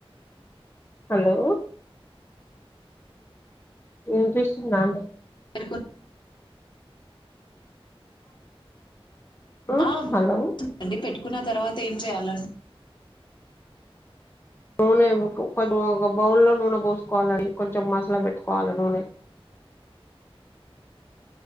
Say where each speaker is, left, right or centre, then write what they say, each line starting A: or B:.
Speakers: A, on the left (about 20°); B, on the left (about 50°).
A: హలో ఇంటిషన్నా
B: పెట్టుకు
A: హలో
B: హ
A: హలో
B: టుండి పెట్టు కున్న తర్వాత ఏం చేయాల
A: నూనె కొంచెం ఒక బౌల్లో నూనె పోసుకోవాలని కొంచెం మసాలా పెట్టుకోవాలి నూనె